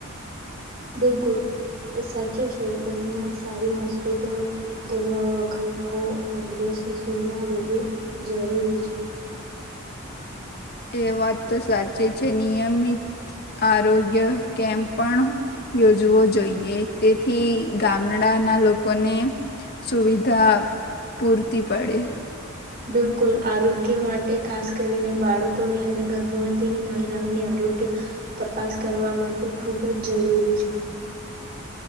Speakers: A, on the right (about 45°); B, on the left (about 50°).
A: બિલકુલ સાચું છે ગામના સારી હોસ્પિટલ દવાઑ ખાનાઓ અને એમ્બ્યુલન્સની સુવિધા હોવી જરૂરી છે.
B: એ વાત તો સાચી છે નિયમિત આરોગ્ય કેમ્પ પણ યોજવો જોઈએ તેથી ગામડાના લોકોને સુવિધા પૂરતી પડે.
A: બિલકુલ આરોગ્ય માટે ખાસ કરીને બાળકોની અને ગર્ભવતીની મહિલાઓની આરોગ્ય તપાસ કરવા માટે ખૂબ જ જરૂરી છે.